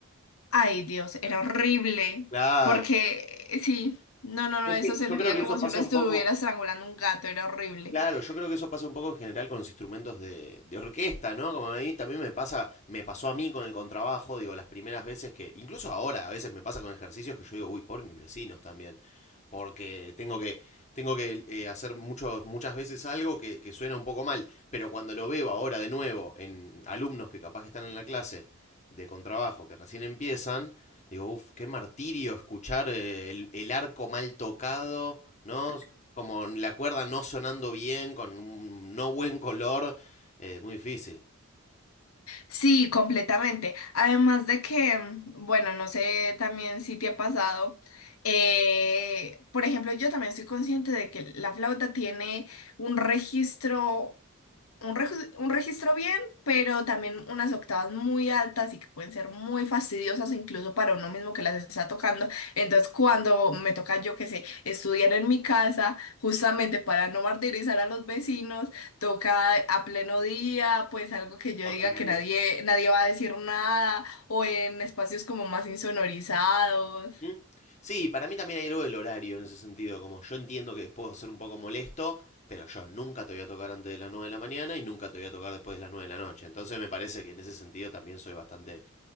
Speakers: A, on the left; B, on the left.
A: Ay, Dios, era horrible.
B: Claro.
A: Porque eh, sí, no, no, no, eso
B: Yo
A: sentía
B: creo que
A: como
B: eso pasa
A: si uno estuviera
B: un poco
A: estrangulando un gato, era horrible.
B: Claro, yo creo que eso pasa un poco en general con los instrumentos de, de orquesta, ¿no? Como a mí también me pasa, me pasó a mí con el contrabajo, digo, las primeras veces que, incluso ahora a veces me pasa con ejercicios que yo digo, uy, por mis vecinos también, porque tengo que, tengo que eh, hacer muchos, muchas veces algo que, que suena un poco mal, pero cuando lo veo ahora de nuevo en alumnos que capaz que están en la clase de contrabajo, que recién empiezan, digo, uff, qué martirio escuchar eh, el, el arco mal tocado, ¿no? como la cuerda no sonando bien, con un no buen color, eh, muy difícil.
A: Sí, completamente. Además de que, mm, bueno, no sé también si te ha pasado. eh, por ejemplo, yo también soy consciente de que la flauta tiene un registro. un, regi- un registro bien, pero también unas octavas muy altas y que pueden ser muy fastidiosas incluso para uno mismo que las está tocando. Entonces, cuando me toca, yo que sé, estudiar en mi casa, justamente para no martirizar a los vecinos, toca a pleno día, pues algo que yo
B: Totalmente.
A: diga que nadie, nadie va a decir nada, o en espacios como más insonorizados.
B: ¿Mm? Sí, para mí también hay algo del horario en ese sentido, como yo entiendo que puedo ser un poco molesto, pero yo nunca te voy a tocar antes de las 9 de la mañana y nunca te voy a tocar después de las 9 de la noche. Entonces me parece que en ese sentido también soy bastante